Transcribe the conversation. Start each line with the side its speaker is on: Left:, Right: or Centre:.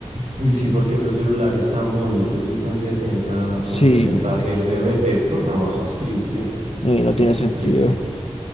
Right: Uy, sí, porque esos celulares tan bonitos y con sesenta
Left: Sí,
Right: con 60 Hz de refresco, no, eso es triste.
Left: y no
Right: Eso
Left: tiene sentido.
Right: es triste.